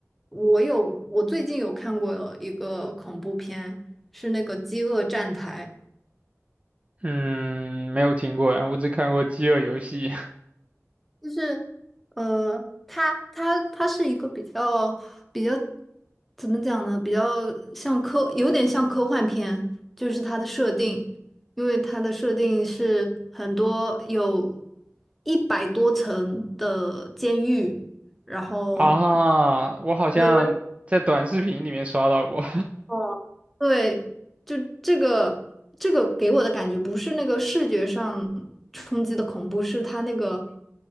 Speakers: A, in the centre; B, on the right.
A: 我有，我最近有看过一个恐怖片，是那个《饥饿站台》，
B: 嗯，没有听过呀，我只看过《饥饿游戏》
A: 就是，呃，他他他是一个比较比较怎么讲呢？比较像科，有点像科幻片，就是它的设定，因为它的设定是很多有一百多层的监狱，然后
B: <laughs> 啊，我好像在短视频里面刷到过，
A: 对哦，对，就这个这个给我的感觉不是那个视觉上冲击的恐怖，是它那个